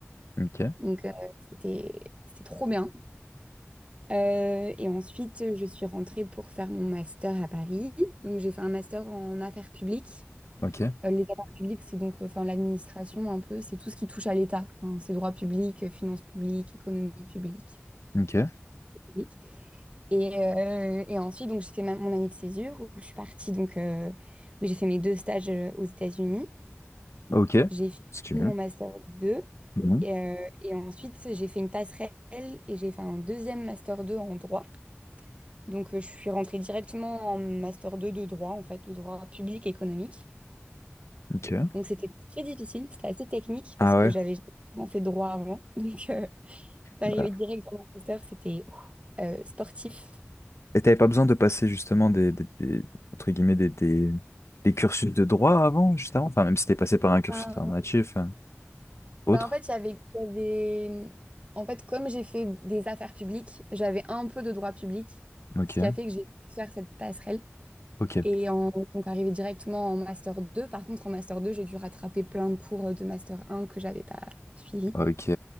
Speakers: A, on the left; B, on the right.
A: Ok.
B: Donc, euh, c'était, c'était trop bien. Euh, et ensuite, je suis rentrée pour faire mon master à Paris. Donc, j'ai fait un master en affaires publiques.
A: Ok.
B: Euh, les affaires publiques, c'est donc euh, enfin, l'administration un peu, c'est tout ce qui touche à l'État. Enfin, c'est droit public, euh, finances publiques, économie publique.
A: Ok.
B: publique. Et, euh, et ensuite, donc, j'ai fait ma- mon année de césure où je suis partie, donc, euh, où j'ai fait mes deux stages euh, aux États-Unis.
A: Ok.
B: J'ai fini
A: Si tu veux.
B: mon master 2
A: Mhm.
B: et, euh, et ensuite, j'ai fait une passerelle et j'ai fait un deuxième master 2 en droit. Donc, euh, je suis rentrée directement en master 2 de droit, en fait, de droit public économique.
A: Ok.
B: Donc c'était très difficile, c'était assez technique
A: Ah
B: parce que
A: ouais.
B: j'avais jamais fait droit avant. <laughs> Donc euh, d'arriver
A: Bah,
B: direct dans le master, c'était ouf, euh, sportif.
A: Et t'avais pas besoin de passer justement des, des, des- entre guillemets des, des, des cursus de droit avant, juste avant? Enfin, même si t'es passé par un cursus
B: Ben,
A: alternatif, euh, autre.
B: ben, en fait, il y avait, il y avait- En fait, comme j'ai fait des affaires publiques, j'avais un peu de droit public,
A: Ok.
B: ce qui a fait que j'ai pu faire cette passerelle.
A: Ok.
B: Et en, donc arrivé directement en master deux Par contre, en master 2 j'ai dû rattraper plein de cours de master un que j'avais pas suivis.
A: Ok.